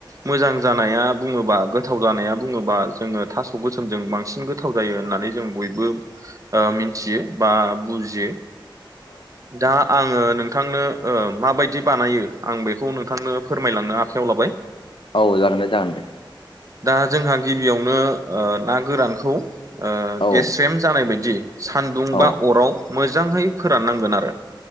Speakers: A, on the right; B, on the left.
A: मोजां जानाया बुङोबा गोथाव जानाया बुङोबा जोङो थास' गोसोमजों बांसिन गोथाव जायो होननानै जों बयबो ओ मिथियो बा बुजियो दा आङो नोंथांनो ओ माबायदि बानायो आं बेखौ नोंथांनो फोरमायलांनो आखायाव लाबाय
B: औ जागोन दे जागोन दे
A: दा जोंहा गिबियावनो ओ ना गोरानखौ ओ
B: औ
A: गेस्रेम जानाय बायदि -दि सान्दुं
B: औ
A: बा अराव मोजाङै फोराननांगोन आरो